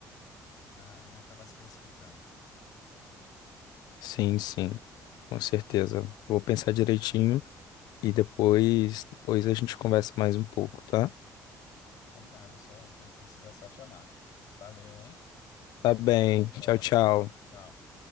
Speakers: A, on the left; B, on the left.
A: para não acabar se precipitando.
B: sim, sim, com certeza. Vou pensar direitinho. E depois, depois a gente conversa mais um pouco, tá?
A: Combinado, só quando precisar, é só chamar. Valeu, hein?
B: Tá bem.
A: Até a próxima.
B: Tchau, tchau.
A: Tchau, tchau.